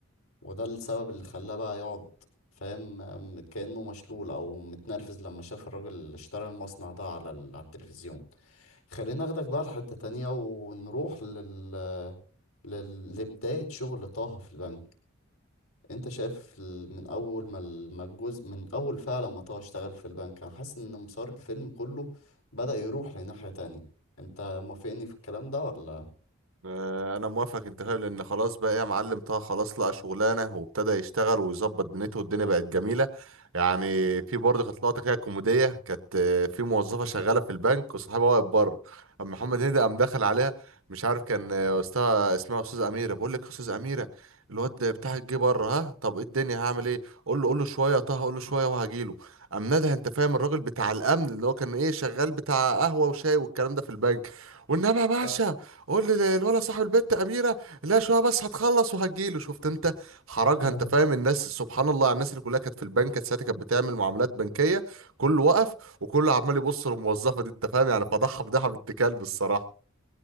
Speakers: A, on the left; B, on the right.
A: وده السبب اللي خلاه بقى يقعد فاهم م- كأنه مشلول او متنرفز لما شاف الراجل اللي اشترى المصنع ده على ال... على التلفزيون خلينا اخدك بقى لحتة تانية ونروح لل... لل... لبداية شغل طه في البنك انت شايف ال- من اول ما ال- ما الجزء من اول فعلا ما طه اشتغل في البنك انا حاسس ان مسار الفيلم كله بدأ يروح لناحية تانية انت موافقني في الكلام ده ولا
B: آه، انا موافق انت فاهم لان خلاص بقى إيه يا معلم طه خلاص لقى شغلانه وابتدى يشتغل ويظبط دنيته والدنيا بقت جميله يعني في برضه كانت لقطه كده كوميديه كانت آه، في موظفه شغاله في البنك وصاحبها واقف بره اما محمد هنيدي قام دخل عليها مش عارف كان آه، استاذ اسمها استاذ اميره بقول لك يا استاذ اميره الواد بتاعك جه بره ها طب ايه الدنيا هعمل ايه قول له قول له شويه يا طه قول له شويه وهجيله قام نادى انت فاهم الراجل بتاع الامن اللي هو كان ايه شغال بتاع قهوه وشاي والكلام ده في البنك وانما يا باشا
A: آه.
B: قول لي الولد صاحب البت اميره لا شويه بس هتخلص وهتجيله شفت انت حرجها
A: <laughs>
B: انت فاهم الناس سبحان الله على الناس اللي كلها كانت في البنك كانت ساعتها كانت بتعمل معاملات بنكيه كله وقف وكله عمال يبص للموظفه دي انت فاهم يعني فضحها فضحها بنت كلب الصراحه